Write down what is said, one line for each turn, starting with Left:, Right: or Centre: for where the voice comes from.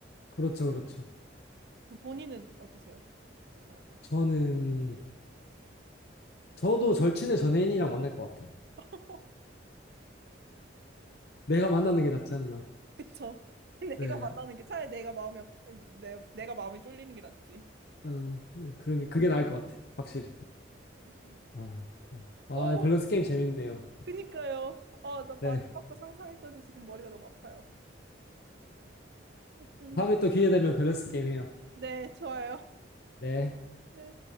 Left: 그렇죠, 그렇죠.
Right: 그 본인은 어떠세요? 약간
Left: 저는 저도 절친의 전혜인이랑 만날 것 같아요.
Right: 요
Left: 내가 만나는 게 낫지 않나.
Right: 그쵸. <laughs>
Left: 네.
Right: 내가 만나는 게 차라리 내가 마음이 없- 내, 내가 마음이 쫄리는 게 낫지.
Left: 음, 그런 게 그게 나을 것 같아. 확실히.
Right: 어, 맞아요.
Left: 아, 음. 아,
Right: 어,
Left: 이 밸런스 게임 재밌네요.
Right: 그니까요. 어, 나 마지막
Left: 네.
Right: 거 상상했더니 지금 머리가 너무 아파요. 아무튼
Left: 다음에 또 기회 되면 밸런스 게임 해요.
Right: 네, 좋아요.
Left: 네.
Right: 네.